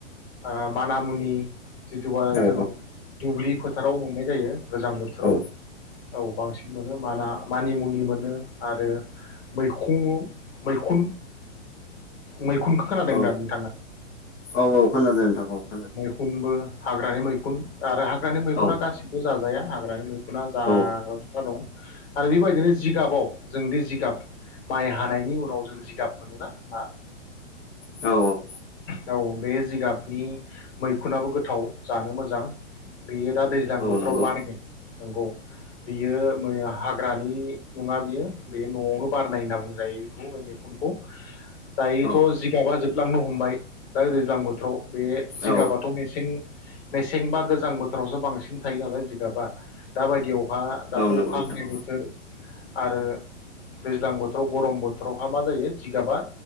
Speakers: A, on the left (about 55°); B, on the left (about 25°).
A: ओम मानामुनि जिथबा
B: औ
A: जों दुब्लि फोथाराव मोननाय जायो। गोजां बोथोराव
B: औ
A: औ बांसिन मोनो माना मानिमुनि मोनो आरो मैखुं मैखुन मैखुन खो खोनादों
B: औ
A: दा नोंथाङा?
B: औ औ खोनादों नोंथां औ खोनादों
A: मैखुनबो हाग्रानि मैखुन आरो हा ग्रानि मैखुना
B: औ
A: गासिबो जाजाया हाग्रानि मैखुना जाग
B: औ
A: दं आरो बे बायदिनो जिगाबाव जों दि जिगाब माइ हानायनि उनाव जों जिगाब मोनोना ना
B: औ औ
A: औ बे जिगाबनि मैखुनाबो गोथाव जानो मोजां बेयो दा दैज्लां
B: औ
A: बोथोराव
B: नंगौ
A: बारगोन नंगौ बियो मैया हाग्रानि नङा बियो बे नआवनो बारनाय होनना बुंजायो बेखौ बे मैखुनखौ दायोथ
B: औ
A: जिगाबा जोब लांनो हम बाय दा दैज्लां बोथोराव बे जिगाबाथ'
B: औ
A: मेसें मेसें बा गोजां बोथोरावसो बांसिन थायो नालाय जिगाबा दाबायदियाव वहा दाथ
B: औ नंगौ
A: अखा
B: नोंथां
A: हानाय बोथोर आरो दैज्लां बोथोराव गरम बोथोरावहा मा जायो जिगाबा